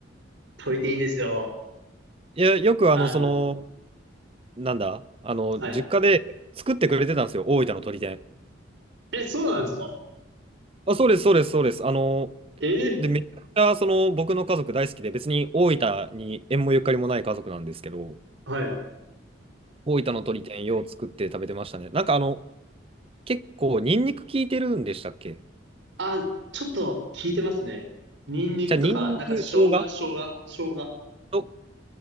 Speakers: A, on the right; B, on the right.
A: とりていいですよ。
B: いや、よくあの、
A: あの、
B: その、なんだ、あの、
A: はい。
B: 実家で作ってくれてたんですよ、大分の鳥天。
A: え、そうなんですか
B: あ、そうです、そうです、そうです。あの、
A: え
B: で、めちゃくちゃ、その、僕の家族大好きで、別に大分に縁もゆかりもない家族なんですけど、
A: ーはい。
B: 大分の鶏天よう作って食べてましたね。なんかあの、結構ニンニク効いてるんでしたっけ
A: あ、ちょっと効いてますね。ニンニクとか、
B: じゃあニンニク、
A: なんか生姜、
B: 生姜
A: 生姜、生姜、
B: と、